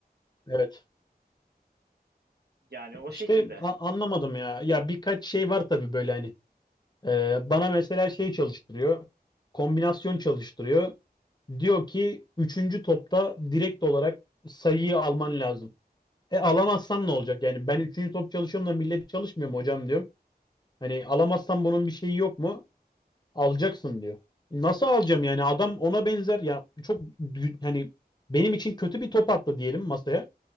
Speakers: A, on the left; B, on the right.
A: Evet.
B: Yani o şekilde.
A: İşte a- anlamadım ya. Ya birkaç şey var tabii böyle hani Ee, bana mesela şey çalıştırıyor. Kombinasyon çalıştırıyor. Diyor ki üçüncü topta direkt olarak sayıyı alman lazım. E alamazsam ne olacak? Yani ben üçüncü top çalışıyorum da millet çalışmıyor mu hocam diyorum. Hani alamazsam bunun bir şeyi yok mu? Alacaksın diyor. Nasıl alacağım yani? Adam ona benzer ya çok dü- hani benim için kötü bir top attı diyelim masaya.